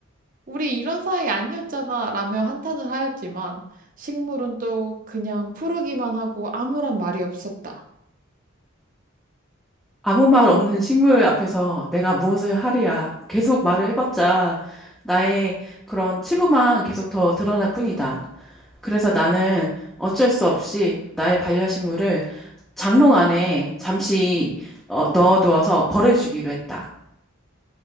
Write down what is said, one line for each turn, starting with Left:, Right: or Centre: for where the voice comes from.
Right: 우리 이런 사이 아니었잖아 라며 한탄을 하였지만 식물은 또 그냥 푸르기만 하고 아무런 말이 없었다.
Centre: 아무 말 없는 식물 앞에서 내가 무엇을 하랴. 계속 말을 해봤자 나의 그런 치부만 계속 더 드러날 뿐이다. 그래서 나는 어쩔 수 없이 나의 반려식물을 장롱 안에 잠시 어, 넣어두어서 버려주기로 했다.